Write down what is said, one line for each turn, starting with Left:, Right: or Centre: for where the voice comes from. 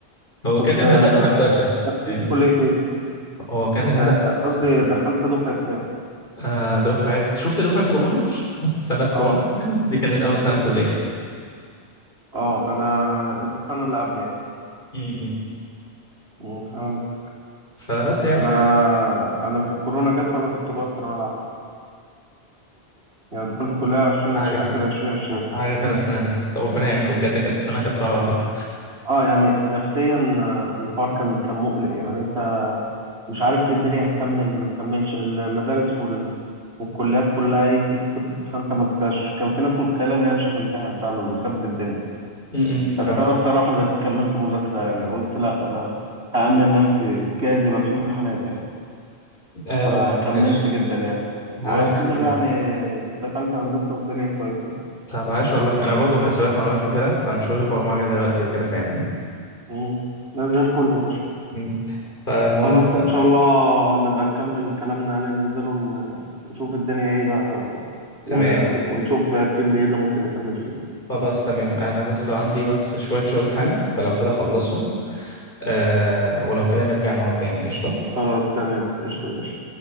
Left: هو
Right: كنت
Left: كان الهدف
Right: آه،
Left: هندسة
Right: دخلت
Left: فاهمني
Right: كلية إيه؟
Left: هو كان الهدف
Right: آه،
Left: هندسة
Right: قصدي دخلت دفعة كام؟
Left: آه دفعة شفت دفعة كورونا <laughs> سنة كورونا
Right: أه
Left: دي كانت أول سنة كلية ليا
Right: أه أنا أنت السنة اللي قبل يعني
Left: أمم.
Right: مم، فهمت
Left: فبس يعني
Right: أنا
Left: فاهم
Right: أنا في الكورونا جت وأنا كنت جوه الثانوية العامة يعني دخلت الكلية 20
Left: عارف
Right: آخر 2020
Left: عارف انا السنه دي طب ربنا يعينكم بجد كانت السنه كانت صعبه عندكم
Right: أه يعني نفسيا آه، الحوار كان كان مقلق يعني أنت مش عارف الدنيا هتكمل ما تكملش المدارس وال... والكليات كلها ايه سكيب فانت ما انتش كان في ناس متخيله ان هي مش هتمتحن فعلا وسابت الدنيا
Left: امم
Right: بس
Left: فاهم
Right: انا بصراحه زك- كملت مذاكره يعني قلت لا انا هأمن نفسي جايز يبقى في امتحانات يعني
Left: ايوه
Right: فكملت
Left: لا ماشي
Right: جدا يعني
Left: لا
Right: والحمد
Left: عاش عليك
Right: لله
Left: بجد
Right: يعني دخلت هندسه والدنيا كويسه يعني
Left: طب عاش والله انا برضه حاسبات ومعلومات وكده فانا شغلي برمجه دلوقتي وكده فاهمني
Right: مم. ده زي الفل يا باشا
Left: امم فالمهم
Right: خلاص
Left: بس
Right: ان شاء الله نبقى نكمل كلامنا يعني ننزله ن- نشوف الدنيا ايه بقى
Left: تمام
Right: و... ونشوف فيلد ايه اللي ممكن نكمل فيه
Left: خلاص تمام انا بس عندي بس شويه شغل حالا فلو كده اخلصهم آه ولو كده نرجع نقعد تاني قشطه
Right: خلاص تمام قشطة يا باشا